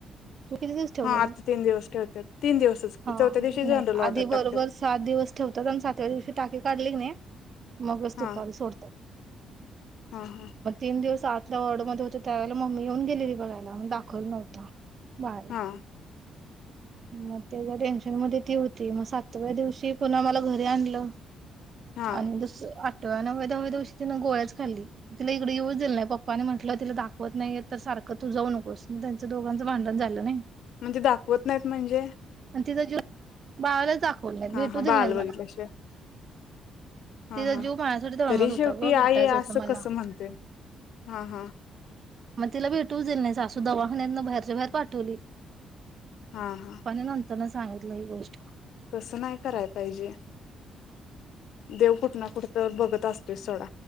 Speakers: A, on the right (about 50°); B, on the left (about 75°).
A: तू किती दिवस ठेवलेल
B: हा आता तीन दिवस ठेवतात तीन दिवसच की
A: <inaudible> हा
B: चौथ्या दिवशी जनरल
A: नाही
B: ऑर्डर
A: आधी
B: टाकतात
A: बरोबर सात दिवस ठेवतात आणि सातव्या दिवशी टाकीे काढली कणी मगच
B: हा
A: तुपाल सोडत्यात
B: हा हा
A: तीन दिवस आतल्या वॉर्ड मध्ये होते त्यावेळेला मम्मी येऊन गेलेली बघायला मग दाखवल नव्हत बाळाला
B: हा
A: म त्याच्या टेन्शन मध्ये ती होती मग सातव्या दिवशी पुन्हा मला घरी आणलं
B: हा
A: आणि दुस - त नव्व्या दहाव्या दिवशी तनं गोल्याच खाल्ली तिला इकडे येऊ जाईल नाही पप्पाने म्हटलं तिला दाखवत नाहीय तर सारखं तू जाऊ नकोस मग त्यांचं दोघांचं भांडण झालं नाही
B: म्हणजे दाखवत नाहीत म्हणजे
A: आणि तिचा जीव बाळाला <unintelligible> खोल नई
B: हा
A: भेटू
B: हा
A: दिल
B: बाळाला
A: नाही मला
B: बघितल्याशिवाय हा
A: तिचा
B: हा
A: जीव माझ्यासाठी तळमत
B: तरी
A: होता
B: शेवटी
A: ग भेटायचं
B: आई
A: होतं
B: असं
A: मला.
B: कसं म्हणतेय हा हा
A: मग तिला भेटू च दिलं नाही सासू दवाखान्यात ना बाहेरच्या बाहेर पाठवली
B: हा हा
A: नंतर न सांगितलं ही गोष्ट
B: तसं नाही कराय पाहिजे देव कुठ ना कुठतं बघत असतोस सोडा